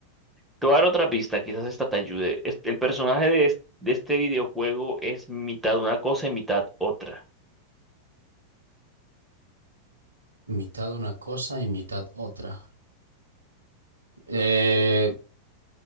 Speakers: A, in the centre; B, on the right (about 75°).
A: Te voy a dar otra pista, quizás esta te ayude. Es- el personaje de, es- de este videojuego es mitad una cosa y mitad otra.
B: Mitad una cosa y mitad otra. Eh,